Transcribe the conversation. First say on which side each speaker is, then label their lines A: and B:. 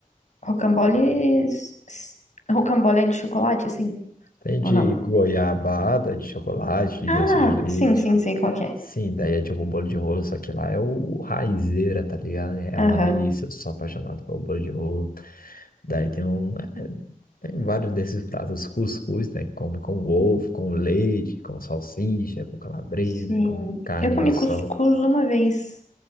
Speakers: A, on the left (about 55°); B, on the left (about 80°).
A: Rocambole. s- Rocambole é de chocolate, assim?
B: Tem
A: Ou
B: de
A: não?
B: goiabada, de chocolate, de
A: Ah,
B: doce de leite.
A: sim, sim, sei qual que é.
B: Sim, daí é tipo o bolo de rolo, só que lá é o, o raizeira, tá ligado? É
A: Aham.
B: uma delícia, eu sou apaixonado pelo bolo de rolo. Daí tem um. é, tem vários desses pratos, cuscuz, né? que Come com ovo, com leite, com salsicha, com calabresa,
A: Sim.
B: com carne
A: Eu comi
B: de sol.
A: cuscuz uma vez.